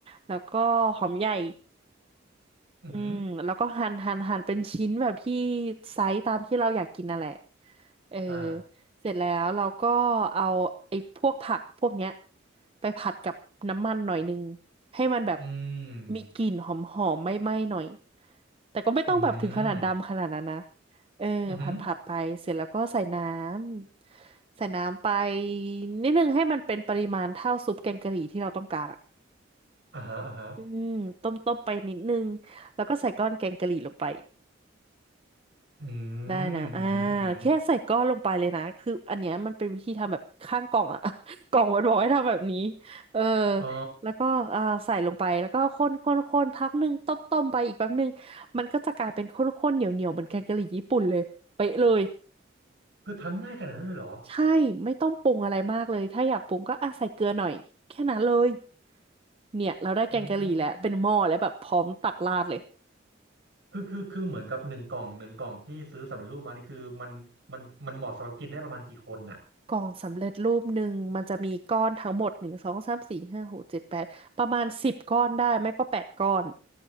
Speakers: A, on the right; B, on the right.
A: แล้วก็หอมใหญ่
B: อือหือ
A: อืมแล้วก็หั่นหั่นหั่นเป็นชิ้นแบบที่ไซส์ตามที่เราอยากกินนั่นแหละเออ
B: อ่า
A: เสร็จแล้วเราก็เอาไอ้พวกผักพวกเนี้ยไปผัดกับน้ำมันหน่อยนึงให้มันแบบ
B: อืม
A: มีกลิ่นหอมหอมไหม้ไหม้ๆหน่อยแต่ก็ไม่ต้องแบบถึงขนาดดำขนาดนั้นนะ
B: อืม
A: เออผัดผัดไปเสร็จแล้วก็ใส่น้
B: อือหือ
A: ำใส่น้ำไปนิดนึงให้มันเป็นปริมาณเท่าซุปแกงกะหรี่ที่เราต้องการอะ
B: อ่าฮะอ่าฮะ
A: อืมต้มต้มไปนิดนึงแล้วก็ใส่ก้อนแกงกะหรี่ลงไป
B: อื
A: ได้นะอ่า
B: มอือหืออือหือ
A: แค่ใส่ก้อนลงไปเลยนะคืออันเนี้ยมันเป็นวิธีทำแบบข้างกล่องอะ <laughs> กล่องมันบอกให้ทำแบบนี้เออ
B: อ๋อ
A: แล้วก็อ่าใส่ลงไปแล้วก็คนคนคนพักหนึ่งต้มต้มไปอีกแป๊บหนึ่งมันก็จะกลายเป็นข้นข้นเหนียวเหนียวเหมือนแกงกะหรี่ญี่ปุ่นเลยเป๊ะเลย
B: คือทำง่ายขนาดนั้นเลยเหรอ
A: ใช่ไม่ต้องปรุงอะไรมากเลยถ้าอยากปรุงก็อ่ะใส่เกลือหน่อยแค่นั้นเลยเนี่ยเราได้แกงกะหรี่แล้วเป็นหม้อแล้วแบบพร้อมตักราดเลย
B: อ๋อคือคือคือเหมือนกับหนึ่งกล่องหนึ่งกล่องที่ซื้อสำเร็จรูปมานี่คือมันมันมันเหมาะสำหรับกินได้ประมาณกี่คนน่ะ
A: กล่องสำเร็จรูปหนึ่งมันจะมีก้อนทั้งหมดหนึ่งสองสามสี่ห้าหกเจ็ดแปดประมาณสิบก้อนได้ไม่ก็แปดก้อน